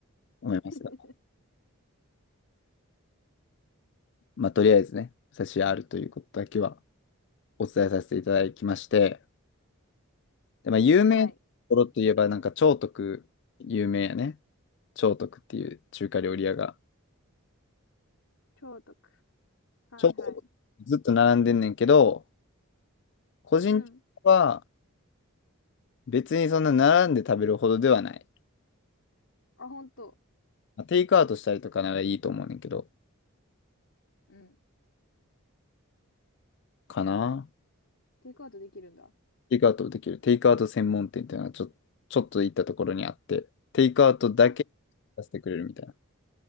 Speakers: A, on the left (about 55°); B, on the left (about 70°).
A: 思いますが。
B: <laughs>
A: まあ、とりあえずね、武蔵屋あるということだけはお伝えさせていただきまして。で、まあ、有名なところといえば、
B: はい。
A: なんか、兆徳有名やね。兆徳っていう中華料理屋が
B: 超徳はいはい。
A: ちょっとずっと並んでんねんけど、個人的には
B: うん。
A: 別にそんな並んで食べるほどではない。
B: あ、ほんと。
A: まあテイクアウトしたりとかならいいと思うねんけど、
B: うん。
A: かな。
B: テイクアウトできるんだ。
A: テイクアウトできる。テイクアウト専門店っていうのはちょ、ちょっと行ったところにあって、テイクアウトだけさせてくれるみたいなの
B: あ、